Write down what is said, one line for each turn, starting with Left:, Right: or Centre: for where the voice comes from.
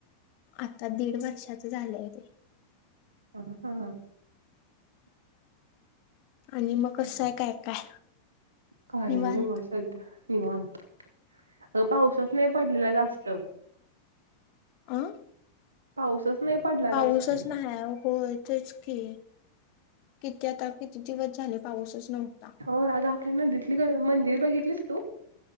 Left: आता दीड वर्षाच झालंय ते.
Right: हा हा हा
Left: आणि मग कसं
Right: हा.
Left: आहे काय काय
Right: काही
Left: निवांत
Right: नाही बस सध्या निवांत अग पाऊसच नाही पडलेला जास्त
Left: आं
Right: पाऊसच नाही पडला
Left: पाऊसच
Right: जास्त
Left: नाही होय तेच की किती आता किती दिवस झाले पाऊसच नव्हता
Right: हो अगं आपल्या नदीतली ग मंदिर बघितलीस तू